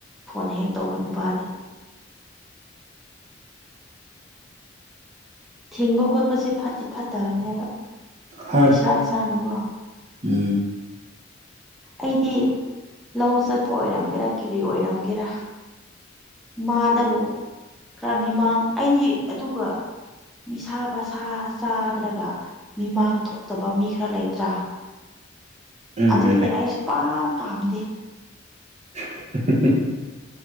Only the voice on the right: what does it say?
ꯍꯣꯏ
ꯎꯝ
ꯎꯝ
ꯎꯝ
<unintelligible>